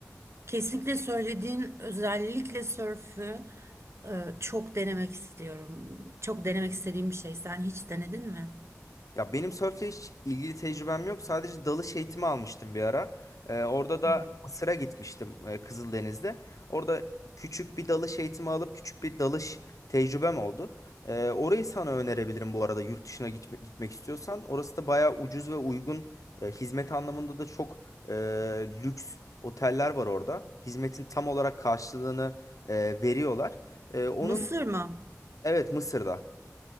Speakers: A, on the right; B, on the left.
A: Kesinlikle söylediğin özellikle sörfü e, çok denemek istiyorum. Çok denemek istediğim bir şey. Sen hiç denedin mi?
B: Ya benim sörfle hiç ilgili tecrübem yok. Sadece dalış eğitimi almıştım bir ara. Ee, orada da
A: Hı.
B: Mısır'a gitmiştim e, Kızıldeniz'de. Orada küçük bir dalış eğitimi alıp küçük bir dalış tecrübem oldu. Ee, orayı sana önerebilirim bu arada yurt dışına gitme- gitmek istiyorsan. Orası da bayağı ucuz ve uygun. E, hizmet anlamında da çok e, lüks oteller var orada. Hizmetin tam olarak karşılığını e, veriyorlar. E, onun
A: Mısır mı?
B: evet Mısır'da.